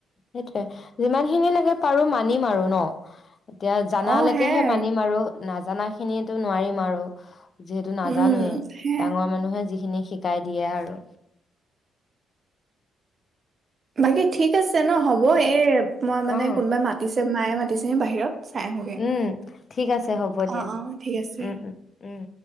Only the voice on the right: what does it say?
অ সেয়াই
উম সেয়াই
বাকী ঠিক আছে ন হ'ব এই মই মানে
কোনোবাই মাতিছে মায়ে মাতিছে বাহিৰত। চাই আহোগে
অ অ ঠিক আছে